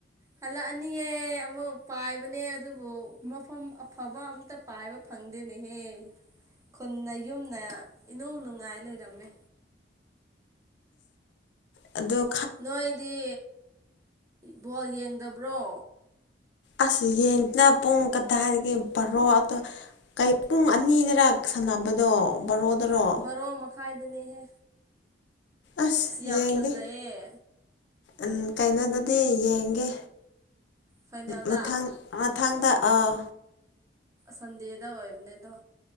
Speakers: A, on the right (about 15°); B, on the left (about 70°).
A: ꯍꯜꯂꯛꯑꯅꯤꯌꯦꯦ ꯑꯃꯨꯛ ꯄꯥꯏꯕꯅꯦ ꯑꯗꯨꯕꯨ ꯃꯐꯝ ꯑꯐꯕ ꯑꯝꯇ ꯄꯥꯏꯕ ꯐꯪꯗꯦꯅꯦꯍꯦ ꯈꯨꯟꯅ ꯌꯨꯝꯅ ꯏꯅꯨꯡ ꯅꯨꯡꯉꯥꯏ ꯂꯩꯔꯝꯃꯦ
B: ꯑꯗꯣ
A: ꯅꯣꯏꯗꯤ ꯕꯣꯜ ꯌꯦꯡꯗꯕ꯭ꯔꯣ
B: ꯑꯁ ꯌꯦꯡꯁꯤꯅ ꯄꯨꯡ ꯀꯗꯥꯏꯗꯒꯤ ꯕꯔꯣ ꯑꯗꯣ ꯀ ꯄꯨꯡ ꯑꯅꯤꯗꯔꯛ ꯁꯥꯟꯅꯕꯗꯣ ꯕꯥꯔꯣꯗꯔꯣ
A: ꯕꯣꯔꯣ ꯃꯈꯥꯏꯗꯅꯦꯍꯦ
B: ꯑꯁ
A: ꯌꯥꯝ
B: ꯌꯦꯡꯒꯦ
A: ꯐꯖꯩꯌꯦ
B: ꯎ ꯀꯩꯅꯣꯗꯗꯤ ꯌꯦꯡꯒꯦ
A: ꯐꯥꯏꯅꯦꯜꯗ
B: ꯃꯊꯪ ꯃꯊꯪꯗ ꯑꯥ
A: ꯁꯟꯗꯦꯗ ꯋꯥꯏꯕꯅꯦꯗ